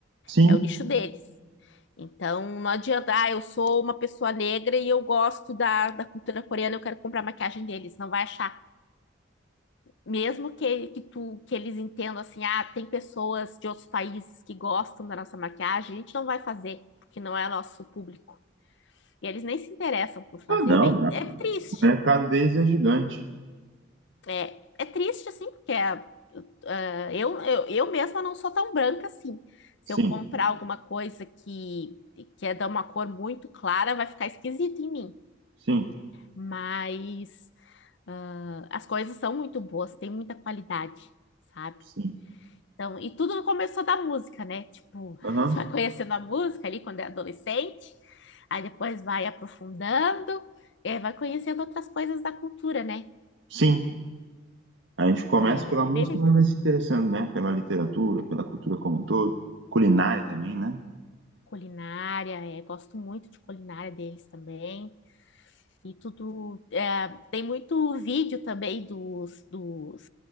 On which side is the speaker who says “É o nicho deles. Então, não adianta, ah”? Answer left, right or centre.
Left